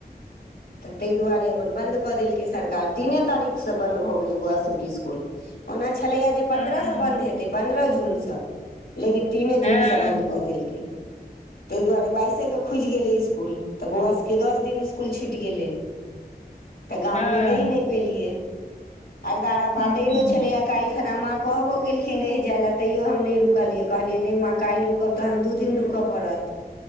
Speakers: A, on the left; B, on the left.
A: तऽ ताहि दुआरे अपन बन्द कऽ देलकै सरकार तीने तारीखसँ बन्द भऽ गेलै बआसभके इसकुल ओना छलैए जे
B: हूँ
A: पन्द्रहसँ बन्द हेतै पन्द्रह जूनसँ लेकिन तीने
B: हँ
A: जून से बंद कऽ देलकै ताहि दुआरे बाइसे के खुजि गेलै स्कुल तऽ बौआ सब के दस दिन इस्कुल छुटि गेलै तऽ गाम
B: हँ
A: मे रहि नहि पेलियै आर दारा पातरिरो
B: हूँ
A: छलैय कालहि खना माँ कहबो रुकेलखिन रहि जाय लए तैयो हम नहि रुकलियै कहलियै नहि माँ काल्हि रुकब तहन दू दिन रुकय पड़त